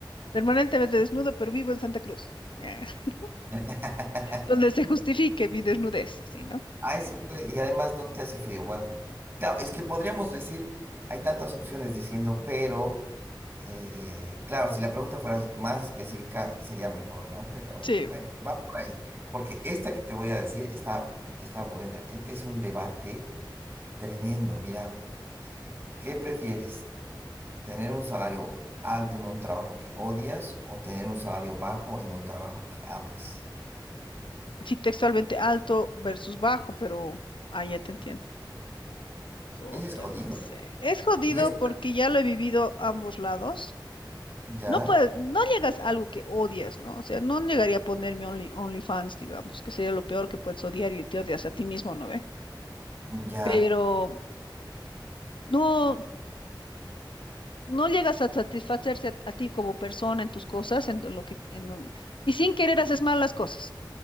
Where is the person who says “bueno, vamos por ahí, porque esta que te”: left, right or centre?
Right